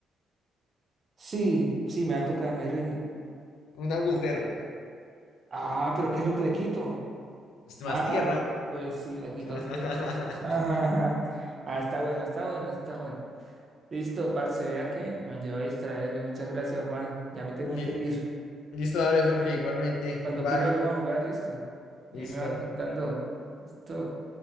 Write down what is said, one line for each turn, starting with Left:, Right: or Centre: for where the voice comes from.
Right: Sí, sí, me va a tocar, me rindo.
Left: Un agujero.
Right: Ah, pero ¿qué es lo que le quito?
Left: Es más
Right: Ah,
Left: tierra.
Right: pues sí, le quito
Left: <laughs>
Right: tierra. <laughs> Ajá, ajá. Ah, está bueno, está bueno, está bueno. Listo, parce, vea que me ayudó a distraerme. Muchas gracias, Juan. Ya me tengo
Left: Li-
Right: que ir.
Left: Listo, dale, Jorge, igualmente.
Right: Cuando
Left: Bye.
Right: quiera volvemos a jugar, listo. Ahí
Left: Listo.
Right: me va contando. Listo.